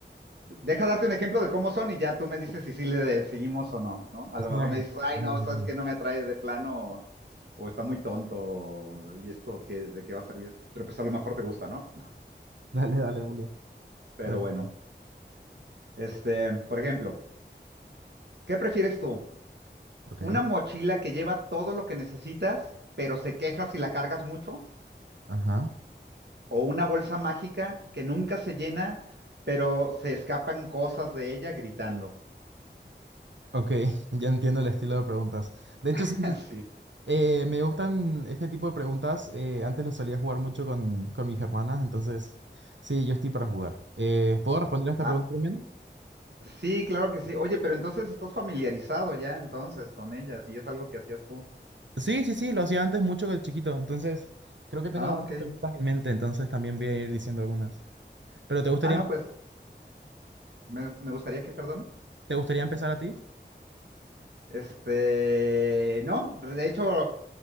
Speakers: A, on the right (about 65°); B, on the right (about 80°).
A: Deja darte un ejemplo de cómo son y ya tú me dices si sí le seguimos o no, ¿no? A
B: Está
A: lo mejor
B: bien.
A: me dices, ay,
B: Dale,
A: no, sabes
B: dale,
A: que no me atrae de plano o, o está muy tonto o, y esto qué, de qué va a servir. Pero pues a lo mejor te gusta, ¿no?
B: dale, <laughs> dale. dale.
A: Pero
B: No hay
A: bueno,
B: problema.
A: este, por ejemplo, ¿qué prefieres tú?
B: Ok.
A: ¿Una mochila que lleva todo lo que necesitas, pero se queja si la cargas mucho?
B: Ajá.
A: ¿O una bolsa mágica que nunca se llena, pero se escapan cosas de ella gritando?
B: Ok, <laughs> ya entiendo el estilo de preguntas. De hecho,
A: <laughs>
B: sí, sí,
A: sí.
B: eh, me gustan este tipo de preguntas. Eh, antes lo solía jugar mucho con, con mis hermanas, entonces sí, yo estoy para jugar. Eh, ¿puedo responder a esta
A: A-
B: pregunta también?
A: Sí, claro que sí. Oye, pero entonces estás familiarizado ya entonces con ellas y es algo que hacías tú.
B: Sí, sí, sí, lo hacía antes mucho de chiquito, entonces creo que tengo
A: Ah,
B: algunas
A: ok.
B: preguntas en mente, entonces también voy a ir diciendo algunas. ¿Pero te gustaría,
A: Ah, no, pues me, me gustaría que, perdón.
B: te gustaría empezar a ti?
A: Este, no, de hecho,